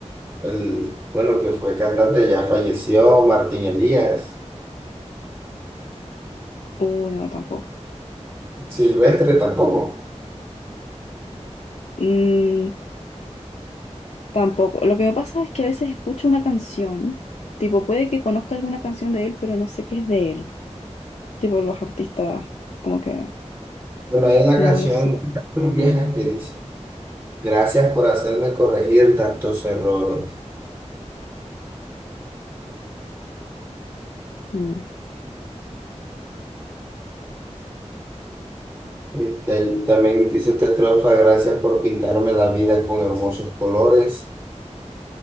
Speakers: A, on the right; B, on the left.
A: el, bueno, que fue cantante, ya falleció, Martín Elías,
B: Uh, no, tampoco.
A: Silvestre tampoco.
B: Mm, tampoco. Lo que me pasa es que a veces escucho una canción, tipo, puede que conozca alguna canción de él, pero no sé qué es de él. Tipo, los artistas, como que
A: Bueno, hay una
B: no
A: canción
B: me lo sé.
A: vieja que dice, gracias por hacerme corregir tantos errores.
B: Mm.
A: Y ahí también dice otra estrofa, gracias por pintarme la vida con hermosos colores.